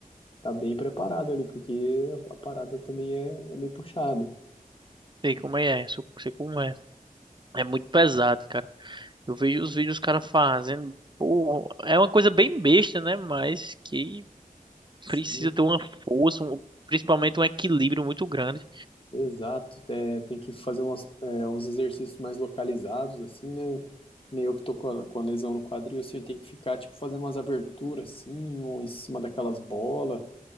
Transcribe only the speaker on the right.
Sei como é, sou- sei como é. É muito pesado, cara. Eu vejo os vídeos os caras fazendo, pô, é uma coisa bem besta, né? Mas que
precisa ter uma força, um- principalmente um equilíbrio muito grande.